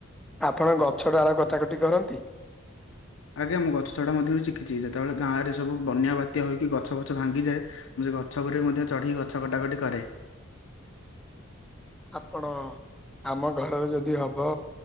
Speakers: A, in the centre; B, on the left.
A: ଆପଣ ଗଛ ଡାଳ କଥା କଟି କରନ୍ତି?
B: ଆଜ୍ଞା ମୁଁ ଗଛ ଚଢ଼ା ମଧ୍ୟ ବି ଶିଖିଚି ଯେତବେଳେ ଗାଁରେ ସବୁ ବନ୍ୟା ବାତ୍ୟା ହୋଇକି ଗଛ ଫଛ ଭାଙ୍ଗିଯାଏ ମୁଁ ସେ ଗଛ ଗୁରେ ମଧ୍ୟ ଚଢ଼ି ଗଛ କଟାକଟି କରେ।
A: ଆପଣ ଆମ ଘରରେ ଯଦି ହବ